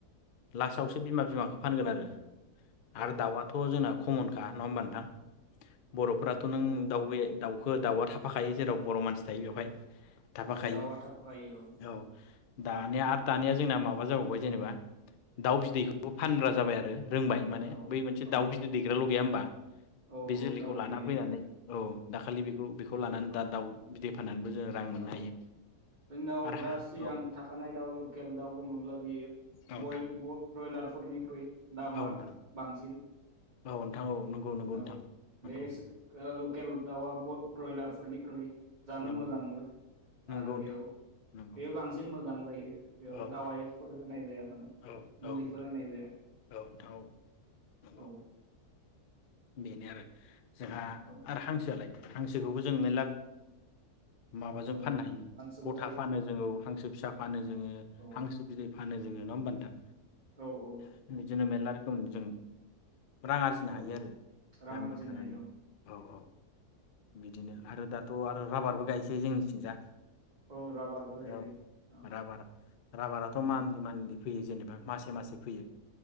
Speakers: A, on the left; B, on the right.
A: लास्टआवसो
B: औ
A: बिमा बिमाखौ फानगोन आरो। आरो
B: औ
A: दावाआथ' जोंना खमनखा नङा होमबा नोंथां? बर'फोराथ' नों
B: औ
A: दाव
B: औ
A: दाउखो दाउ थाफा खायो जेराव बर' मानसि थायो बेवहाय थाफाखायो
B: औ दावा थाफाखायो औ‌।
A: औ दानिया आरो दानिया जोंना माबा जाबावबाय जेनेबा दाउ बिदैखौ फानग्रा जाबाय आरो। रोंबाय माने
B: औ
A: बै मोनसे
B: औ
A: दाउ बिदै दैग्राल' गैया होमबा।
B: औ
A: <inaudible> बे
B: औ
A: जोलैखौ
B: दाउ
A: लाना
B: बिदै दैग्रा
A: फैनानै औ दाखालि बेखौ बेखौ खौ लानानै
B: औ
A: दा दाउ बिदि फाननानैबो जों रां मोननो
B: औ
A: हायो
B: जोंनाव
A: आरो
B: दा
A: हा
B: सिगां
A: औ
B: था खानाय दाउ लकेल दाउ बुङोब्ला बेयो
A: औ नोंथां
B: बयल ब्रइलार फोरनिख्रुइ दामा
A: औ नोंथां
B: बांसिन
A: औ नोंथां औ नंगौ नंगौ नोंथां
B: औ
A: नंगौ
B: बे स लकेल दावा बय ब्रइलारफोरनिख्रुय। जानो
A: नंगौ
B: मोजांबो।
A: नंगौ
B: आरो
A: नोंथां
B: बेयाव
A: नंगौ
B: बेयो बांसिन मोजां जायो बेयाव
A: औ
B: दावायफोर होनाय जाया।
A: औ
B: मुलिफोर
A: नोंथां
B: होनाय जाया
A: औ नोंथां औ नंगौ
B: औ।
A: बेनो आरो जोंहा
B: औ
A: आरो हांसोआलाय? हांसोखौबो जों मेल्ला माबाजों
B: औ
A: फाननो हायो
B: हांसोबो
A: गथा
B: थायो
A: फानो जोङो हांसो फिसा फानो जोङो
B: औ
A: हांसो बिदै फानो जोङो। नङा होमबा नोंथां?
B: औ औ।
A: बिदिनो मेल्ला रोखोमनि जों रां आरजिनो
B: औ
A: हायो आरो
B: रां
A: गामियाव
B: आरजिनो
A: थानानै
B: हायो
A: औ औ। बिदिनो आरो दाथ' आरो राबारबो गायसोय जोंनिथिंजा।
B: औ राबारबो गायजायो
A: राबा-राबार-राबाराथ'
B: औ औ
A: मानलि मानलि फैयो जेनेबा मासे मासे फैयो।